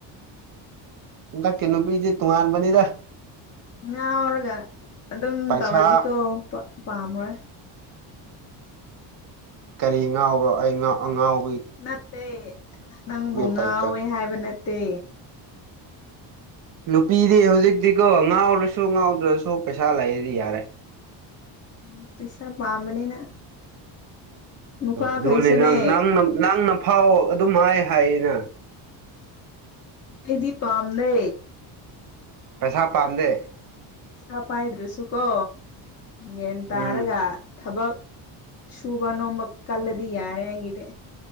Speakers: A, on the right (about 50°); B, on the left (about 35°).
A: ꯏꯇꯛꯀꯤ ꯅꯨꯄꯤꯗꯤ ꯇꯣꯉꯥꯟꯕꯅꯤꯗ
B: ꯉꯥꯎꯔꯒ ꯑꯗꯨꯝ
A: ꯄꯩꯁꯥ
B: ꯇꯧꯔꯗꯤꯀꯣ ꯄꯥꯝꯕ꯭ꯔꯣ
A: ꯀꯔꯤ ꯉꯥꯎꯕꯔꯣ ꯑꯩ ꯉꯥꯎ ꯑꯉꯥꯎꯕ
B: ꯅꯠꯇꯦ ꯅꯪꯕꯨ ꯉꯥꯎꯋꯦ
A: ꯇꯥꯏꯞꯇ
B: ꯍꯥꯏꯕ ꯅꯠꯇꯦ
A: ꯅꯨꯄꯤꯗꯤ ꯍꯧꯖꯤꯛꯇꯤꯀꯣ ꯉꯥꯎꯔꯁꯨ ꯉꯥꯎꯗ꯭ꯔꯁꯨ ꯄꯩꯁꯥ ꯂꯩꯔꯗꯤ ꯌꯥꯔꯦ
B: ꯎ ꯄꯁꯥ ꯄꯥꯝꯕꯅꯤꯅ ꯅꯨꯄꯥꯈꯩꯁꯨꯅꯦ
A: ꯑꯣ ꯑꯗꯨꯕꯨꯅꯦ ꯅꯪ ꯅ ꯅꯪꯅ ꯍꯥꯎ ꯑꯗꯨꯝ ꯍꯥꯏ ꯍꯥꯏꯅ
B: ꯍꯥꯏꯗꯤ ꯄꯥꯝ ꯅꯦ
A: ꯄꯩꯁꯥ ꯄꯥꯝꯗꯦ
B: ꯄꯩꯁꯥ ꯄꯥꯏꯗ꯭ꯔꯁꯨꯀꯣ ꯒ꯭ꯌꯥꯟ ꯇꯥꯔꯒ
A: ꯎꯝ
B: ꯊꯕꯛ ꯁꯨꯕ ꯅꯣꯝꯕ ꯀꯂꯗꯤ ꯌꯥꯔꯦ ꯑꯩꯒꯤꯗꯤ